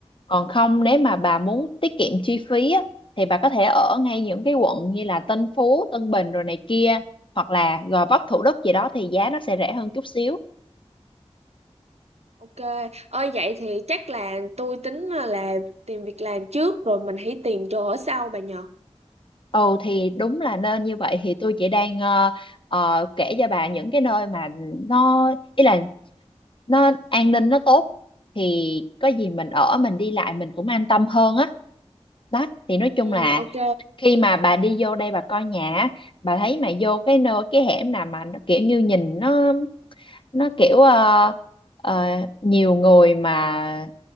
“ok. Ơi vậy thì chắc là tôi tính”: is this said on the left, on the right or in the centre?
Right